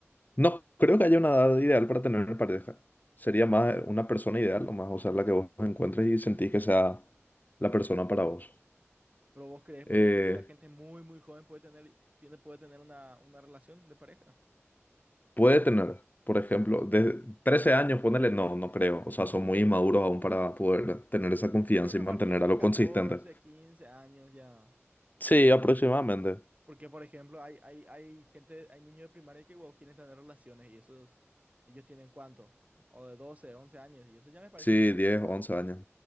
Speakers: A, on the left; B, on the right.
A: No, creo que haya una edad ideal para tener pareja. Sería más una persona ideal, o más, o sea, la que vos encuentres y sentís que sea la persona para vos.
B: Pero vos crees, por
A: Eh,
B: ejemplo, que la gente muy, muy joven puede tener, tiene, puede tener una, una relación de pareja.
A: Puede tener, por ejemplo, de 13 años, ponerle, no, no creo. O sea, son muy inmaduros aún para poder tener esa confianza
B: Yo creo que a
A: y mantener
B: partir de los
A: algo
B: 14
A: consistente.
B: 15 años ya.
A: Sí, aproximadamente.
B: Porque, por ejemplo, hay, hay, hay gente, hay niños de primaria que wow, quieren tener relaciones y esos, ellos tienen cuánto, o de 12 11 años, y eso ya me parece
A: Sí,
B: muy
A: diez,
B: joven.
A: once años.